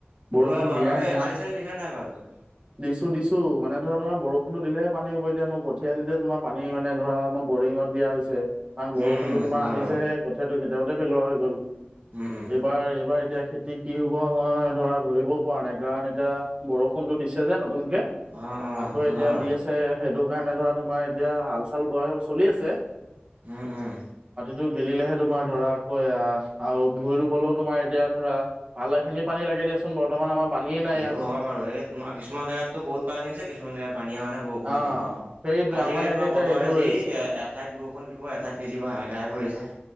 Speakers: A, on the right; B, on the right.
A: সেইটো
B: বৰষুণ
A: হয় বাৰু
B: দিয়াই
A: এই
B: নাই
A: আলি চালি দিছা নাই ভালকে।
B: দিছো দিছো মানে ধৰা তোমাৰ বৰষুণটো দিলে পানী হব এতিয়া মই, সতে তোমাৰ পানী মানে ধৰা ম বৰিঙত দিয়া হৈছে কাৰণ বৰষুণতো
A: উম উম সেইটো
B: তোমাৰ
A: হয়
B: আহিছেহে।
A: বাৰু
B: কঠীয়াটো কেতিয়াবাতে পেলোৱা হৈ গ'ল।
A: উম উম
B: এইবাৰ এইবাৰ এতিয়া খে কি হব মই ধৰা ধৰিব, পোৱা নাই কাৰণ এতিয়া বৰষুণটো দিছে যে নতুনকে
A: অ অ
B: আকৌ
A: সেইটো
B: এতিয়া
A: হয় বাৰু
B: দি আছে। সেইটো কাৰণে ধৰা তোমাৰ এতিয়া হাল চাল বোৱা চলি আছে।
A: উম উম
B: টো গেলিলেহে তোমাৰ ধৰা আকৌ আহ আৰু ভুই ৰুবলৈও তোমাৰ এতিয়া ধৰা, ভালেখিনি পানী লাগে দিয়াচোন বৰ্তমান আমাৰ, পানীয়ে নাই
A: সেইটো
B: ইয়াত
A: হয় বাৰু এই তোমাৰ কিছুমান জেগাততো বহুত পানী হৈছে কিছুমান জেগাত পানীয়ে হোৱা নাই। বৰষুণে
B: অ
A: দিয়া নাই
B: সেইটোৱে
A: আজিকালি
B: আমাৰ ইয়াতে
A: তোমাৰ
B: এতিয়া
A: বতৰহে
B: সেইটো হৈ
A: যি
B: আছে
A: এ এঠাইত বৰষুণ দিব এঠাইত <unintelligible> হাহাকাৰ কৰি আছে।